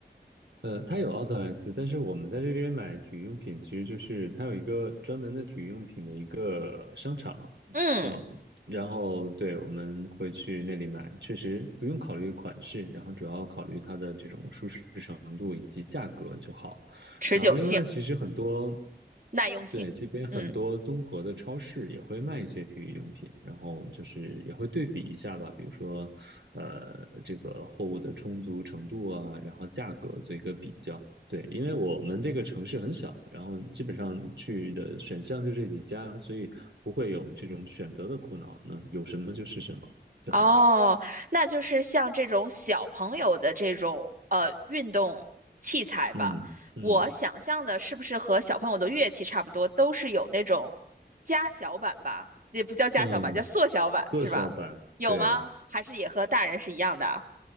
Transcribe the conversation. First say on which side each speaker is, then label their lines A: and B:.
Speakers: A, on the right (about 85°); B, on the right (about 50°).
A: 呃，它有奥特莱斯，但是我们在这边买体育用品，其实就是它有一个专门的体育用品的一个商场，
B: 嗯，
A: 叫，然后对，我们会去那里买，确实不用考虑款式，然后主要考虑它的这种舒适程度以及价格就好。
B: 持久性、
A: 然后另外，其实很多，
B: 耐用性，
A: 对，这边很多综合的超市也会卖一些体育用品，
B: 嗯。
A: 然后就是也会对比一下吧，比如说，呃，这个货物的充足程度啊，然后价格做一个比较。对，因为我们这个城市很小，然后基本上去的选项就这几家，所以不会有这种选择的苦恼。那有什么就是什么就好了。
B: 哦，那就是像这种小朋友的这种呃运动器材吧。
A: 嗯嗯
B: 我想象的是不是和小朋友的乐器差不多，都是有那种加小版吧？也不叫加小版，
A: 嗯，
B: 叫缩小版是吧？
A: 缩小版，
B: 有吗？
A: 对。
B: 还是也和大人是一样的啊